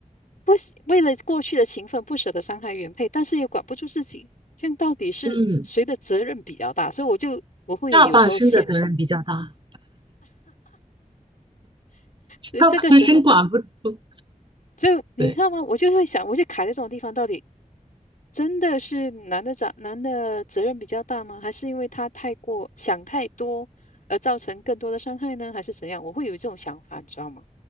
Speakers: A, on the left; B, on the right.
A: 不喜，为了过去的情分不舍得伤害原配，但是又管不住自己，这样到底是谁的责任比较大？
B: 嗯，
A: 所以我就我会有时候陷入这种，
B: 下半身的责任比较大，下半身管不住，
A: 所以这个时候，所以你知道吗？
B: 对。
A: 我就会想，我就卡在这种地方，到底。真的是男的长男的责任比较大吗？还是因为他太过想太多而造成更多的伤害呢？还是怎样？我会有这种想法，你知道吗？